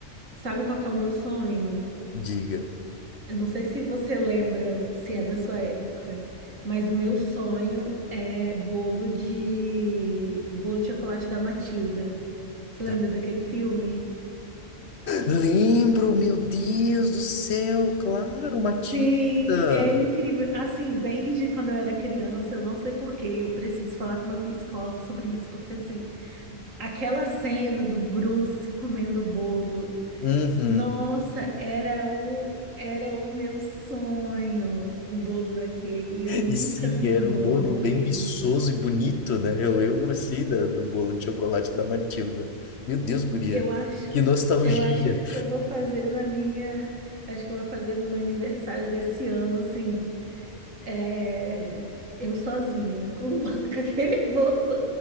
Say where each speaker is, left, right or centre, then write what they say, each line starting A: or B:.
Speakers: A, on the right (about 70°); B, on the left (about 55°).
A: Sabe qual que é o meu sonho?
B: Diga.
A: Eu não sei se você lembra, se é da sua época, mas o meu sonho é bolo de bolo de chocolate da Matilda. Você
B: Tá.
A: lembra daquele filme?
B: Lembro, meu Deus do céu, claro, Matilda.
A: Sim, é incrível. Assim, desde quando eu era criança, eu não sei por quê, eu preciso falar com meu psicólogo sobre isso, porque assim, aquela cena do Bruce comendo o bolo,
B: Uhum.
A: nossa, era o era o meu sonho, um bolo daquele, e eu nunca
B: E sim,
A: fiz
B: era
A: um bolo
B: um bolo
A: daquele.
B: bem viçoso e bonito, né? Eu lembro, sim, da- do bolo de chocolate da Matilda. Meu Deus, guria,
A: Eu acho,
B: que nostalgia.
A: eu acho que eu vou fazer na minha, acho que eu vou fazer no meu aniversário desse ano, assim, é, eu sozinha, com <laughs> com aquele bolo.